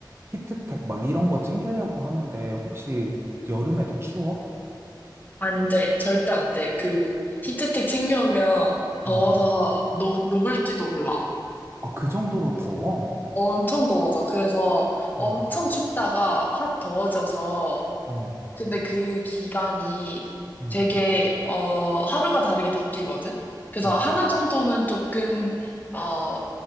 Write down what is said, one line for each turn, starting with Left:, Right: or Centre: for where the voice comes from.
Right: 히트텍 막 이런 거 챙기려고 하는데, 혹시 여름에도 추워?
Left: 안 돼. 절대 안 돼. 그 히트텍 챙겨오면 더워서
Right: 어.
Left: 녹, 녹을지도 몰라.
Right: 아, 그 정도로 더워?
Left: 엄청 더워져. 그래서 엄청
Right: 어,
Left: 춥다가 확 더워져서
Right: 어,
Left: 근데 그 기간이
Right: 음,
Left: 되게 어 하루가 다르게 바뀌거든. 그래서
Right: 어.
Left: 하나 정도는 조금 어